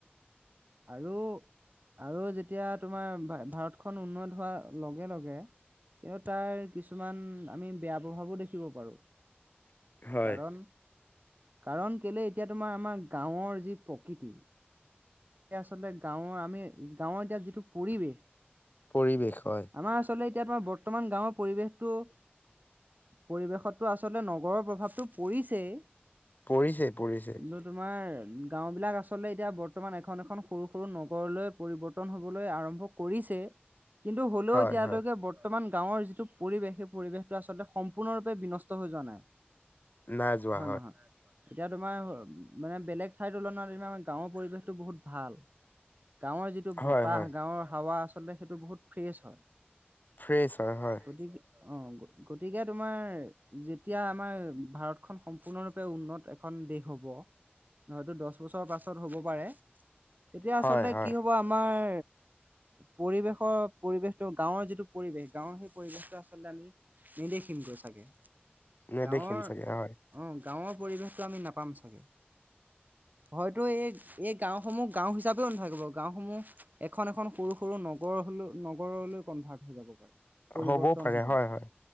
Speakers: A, on the right (about 45°); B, on the left (about 50°).
A: আৰু আৰু যেতিয়া তোমাৰ ভাৰতখন উন্নত হোৱা লগে। লগে। তেওঁ তাৰ কিছুমান আমি বেয়া প্ৰভাৱো দেখিব পাৰো।
B: হয়
A: কাৰণ কাৰণ কেলে এতিয়া তোমাৰ আমাৰ গাঁৱৰ যি প্ৰকৃতি এতিয়া আচলতে গাঁৱৰ আমি গাঁৱৰ এতিয়া যিটো পৰিৱেশ
B: পৰিৱেশ হয়।
A: আমাৰ আচলতে এতিয়া আমাৰ বৰ্তমান গাঁৱৰ পৰিৱেশটো পৰিৱেশতো আচলতে নগৰৰ প্ৰভাৱটো পৰিছেই
B: পৰিছে। পৰিছে।
A: কিন্তু তোমাৰ গাঁওবিলাক আচলতে এতিয়া বৰ্তমান এখন এখন এখন সৰু সৰু নগৰলৈ পৰিৱৰ্তন হবলৈ আৰম্ভ কৰিছে। কিন্তু হ'লেও
B: হয়
A: এতিয়ালৈকে
B: হয়
A: বৰ্তমান গাঁৱৰ যিটো পৰিৱেশ সেই পৰিৱেশটো আচলতে সম্পূৰ্ণৰূপে বিনষ্ট হৈ যোৱা নাই।
B: নাই যোৱা
A: হয়। নহয়। এতিয়া তোমাৰ মানে বেলেগ ঠাই তুলনাত দি আমাৰ গাঁৱৰ পৰিৱেশতো বহুত ভাল গাঁৱৰ যিটো
B: হয়
A: বতাহ
B: হয়
A: গ গাঁৱৰ হাৱা আচলতে সেইটো বহুত ফ্ৰেছ হয়
B: ফ্ৰেছ হয়। হয়
A: গতিকে অ', গতিকে তোমাৰ যেতিয়া আমাৰ ভাৰতখন সম্পূৰ্ণৰূপে উন্নত এখন দেশ হ'ব হয়তো দহ বছৰ পাছত হ'ব পাৰে। তেতিয়া
B: হয়
A: আচলতে
B: হয়
A: কি হব আমাৰ পৰিৱেশৰ পৰিৱেশটো গাঁৱৰ যিটো পৰিৱেশ গাঁৱৰ সেই পৰিৱেশটো আচলতে আমি নেদেখিম গৈ চাগে
B: নেদেখিম
A: গাঁৱৰ
B: চাগে হয়
A: অ', গাঁৱৰ পৰিৱেশতো আমি নাপাম চাগে হয়তো। এই এই গাঁও সমূহ গাঁও হিচাপেও নাথাকিব গাঁওসমূহ এখন- এখন সৰু- সৰু নগৰ- নগৰলৈ কনভাৰ্ট হৈ যাব পাৰে। পৰিৱৰ্তন
B: হ'বও পাৰে
A: হৈ যাব
B: হয়-হয়।